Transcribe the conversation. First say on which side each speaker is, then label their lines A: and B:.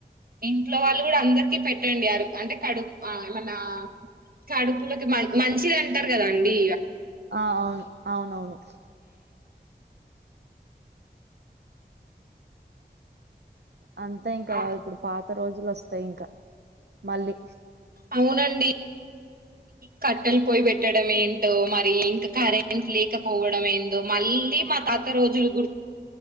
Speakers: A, on the right (about 60°); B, on the right (about 80°).
A: ఏంటి ట్లో వాళ్ళు కూడా అందరికి. పెట్టండి అరు అంటే కడు ఆ ఏమన్నా కడుపులకి మ మంచిది అంటారు కదాండీ
B: ఆ అవును అవునవును అంతే ఇంకా
A: ఆ
B: ఇప్పుడు పాత కొత్త రోజులు వస్తాయి ఇంకా మళ్ళీ
A: అవునండి కట్టెలు పోయి పెట్టడం ఏంటో మరి ఇంకా కరెంట్ లేకపోవడం ఏందొ మళ్ళీ మా తాత రోజులు గుర్తు